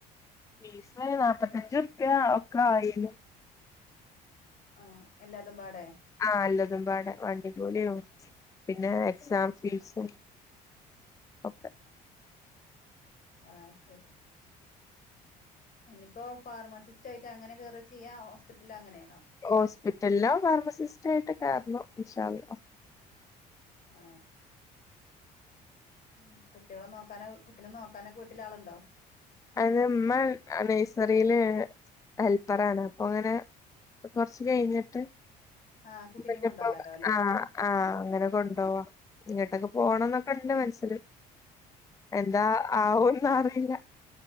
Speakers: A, on the left; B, on the left.
A: ഫീസ് നാപ്പത്തിയഞ്ച് റുപ്യ ഒക്കെ ആയീന്നു.
B: ആ എല്ലാതും പാടെ
A: ആ എല്ലാതും പാടെ. വണ്ടിക്കൂലിം പിന്നെ എക്സാം ഫീസും.
B: <inaudible>
A: ഒക്കെ
B: ആ ശരി ഇനിയിപ്പോ ഫാർമസിസ്റ്റ് ആയിട്ട് അങ്ങനെ കേറാ ചെയ്യാ. ഹോസ്പിറ്റലില് അങ്ങനെ
A: ഹോസ്പിറ്റലിലോ ഫാർമസിസ്റ്റായിട്ട് കേറണം. ഇൻഷാ അള്ളാ.
B: ആ ഉം കുട്ടികളെ നോക്കാനോ കുട്ടിനെ നോക്കാനൊക്കെ വീട്ടിലാളുണ്ടോ?
A: അതിന് ഉമ്മ നഴ്സറിയില് ഹെൽപ്പറാണ്. അപ്പൊ അങ്ങനെ അപ്പ കൊറച്ച് കഴിഞ്ഞിട്ട്
B: ആഹ് കുട്ടിനേം
A: പിന്നപ്പോ
B: കൊണ്ടോവാലോ അല്ലെ
A: ആ ആ അങ്ങനെ കൊണ്ടോവാ. ഇങ്ങോട്ടൊക്കെ പോണംന്നൊക്കെണ്ട് മനസ്സില് എന്താ ആവുംന്ന് അറിയില്ല.